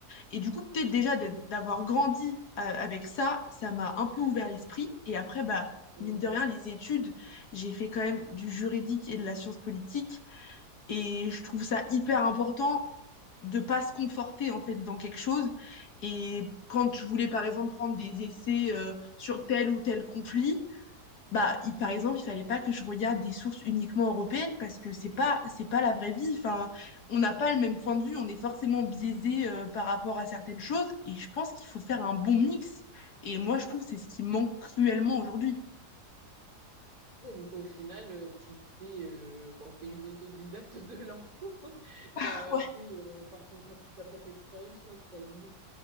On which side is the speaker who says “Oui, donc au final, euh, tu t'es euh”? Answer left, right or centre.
Right